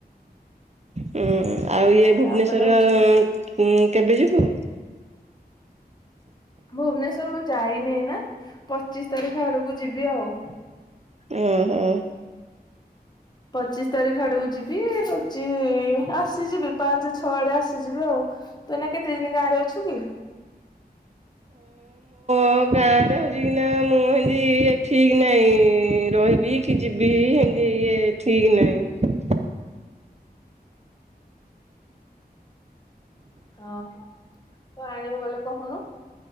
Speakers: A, on the right (about 40°); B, on the left (about 25°).
A: ହୁଁ। ଆଉ ଇଏ ଭୁବ‌ନେଶ୍ଵର
B: ତାପରେ ହଉଛି
A: ଉଁ କେବେ ଯିବୁ?
B: ଭୁବନେଶ୍ଵର ମୁଁ ଯାଇନି ଏଇନା ପଚିଶ ତାରିଖ ଆଡକୁ ଯିବି ଆଉ।
A: ଉଁ ହୁଁ।
B: ପଚିଶ ତାରିଖ ହେଆଡକୁ ଯିବି ହଉଚି ଆସିଯିବି ପାଞ୍ଚ ଛ ଆଡେ ଆସିଯିବି ଆଉ। ତୁ ଏଇନା କେତେ ଦିନ ଗାଁରେ ଅଛୁ କି?
A: ହଁ ଗାଁ ରେ ହଉଛି କି ନା ମୁଁ ହେନ୍ତି ଏ ଠିକ୍ ନାହିଁ ରହିବି କି ଯିବି ହେନ୍ତି ଇଏ ଠିକ୍ ନାହିଁ।
B: ହଁ କଣ ଆଣିବି ବୋଲେ କହୁନୁ?